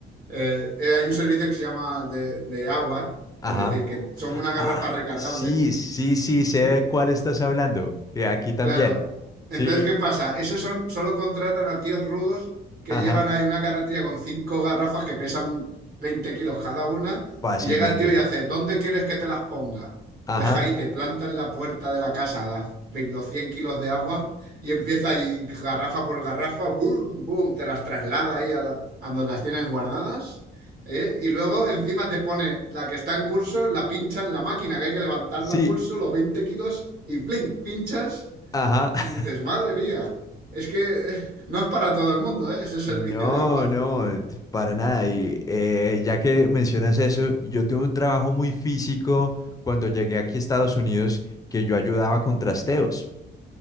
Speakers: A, on the right; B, on the left.
A: eh, eh, hay un servicio que se llama de, de agua,
B: ajá.
A: es decir, que son
B: Ah,
A: unas garrafas recargables.
B: sí, sí, sí, sé
A: Sí.
B: de cuál estás hablando. Que aquí también.
A: Claro. Entonces,
B: Sí,
A: ¿qué
B: y-
A: pasa? Esos son, solo contratan a tíos rudos que
B: ajá.
A: llevan ahí una carretilla con cinco garrafas que pesan 20 kilos cada una
B: Fácilmente.
A: y llega el tío y hace, ¿dónde quieres que te las ponga?
B: Ajá.
A: Deja ahí, te planta en la puerta de la casa las, ve- los 100 kilos de agua y empieza ahí garrafa por garrafa, boom, boom, te las traslada ahí a, a donde las tienes guardadas. ¿eh? Y luego encima te pone la que está en curso, la pincha en la máquina, que hay que levantarla
B: Sí,
A: a pulso, los 20 kilos, y blin, pinchas
B: ajá. <laughs>
A: y dices, madre mía, es que eh, no es para todo el mundo, ¿eh? Ese servicio
B: No,
A: de agua.
B: no, t- para nada. Y eh, ya que mencionas eso, yo tuve un trabajo muy físico cuando llegué aquí a Estados Unidos que yo ayudaba con trasteos.